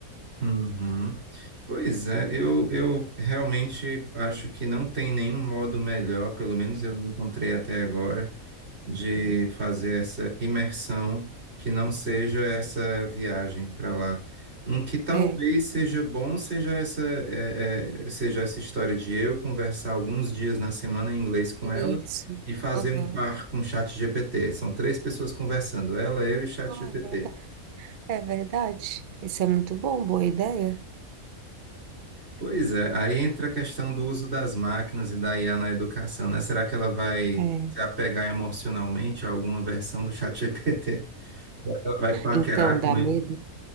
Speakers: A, on the right; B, on the right.
A: Uhum. Pois é, eu, eu realmente acho que não tem nenhum modo melhor, pelo menos eu não encontrei até agora, de
B: Uhum.
A: fazer essa imersão que não seja essa viagem para lá. Um que talvez
B: É,
A: seja bom seja essa, é, é, seja essa história de eu conversar alguns dias na semana em inglês com
B: isso.
A: ela e fazer
B: Aham.
A: um par com o chat GPT. São três pessoas conversando, ela, eu e o chat
B: Ai,
A: GPT.
B: verdade. É verdade. Isso é muito bom, boa ideia.
A: Pois é, aí entra a questão do uso das máquinas e da IA na educação, né? Será que ela vai
B: É.
A: se apegar emocionalmente a alguma versão do ChatGPT? <laughs> Será que Ela vai paquerar
B: Então dá
A: com ele?
B: medo.